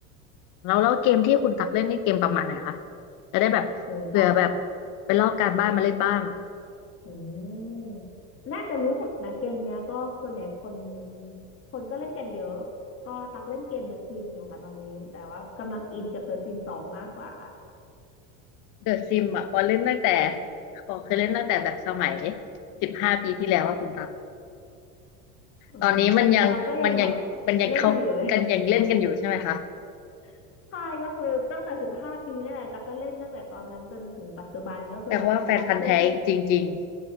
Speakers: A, on the left (about 55°); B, on the left (about 35°).
A: แล้วแล้วเกมที่คุณตักเล่นนี่เกมประมาณไหนคะจะได้แบบเผื่อแบบ
B: รู้จัก
A: ไปลอกการบ้านมาเล่นบ้าง
B: อืมน่าจะรู้จักนะเกมเนี้ยก็ส่วนใหญ่คน คนก็เล่นกันเยอะ ก็ตักเล่นเกม The Sims อยู่ค่ะตอนนี้แต่ว่ากำลังอินกับ The Sims สองมากกว่า
A: เดอะซิมอ่ะปอเล่นตั้งแต่ปอเคยเล่นตั้งแต่แบบสมัยสิบห้าปีที่แล้วว่าคุณตัก
B: อืมตักก็ยังแบบ
A: ตอนนี้มันยังมันยังมันยังเขากันยังเล่นกันอยู่ใช่ไหมคะ
B: เล่นอยู่เลย <laughs> ใช่ก็คือตั้งแต่สิบห้าปีนี่แหละตักก็เล่นตั้งแต่ตอนนั้นจนถึงปัจจุบันก็คือแบบมีบางช่วงที่
A: แปลว่าแฟนพันธุ์แท้จริง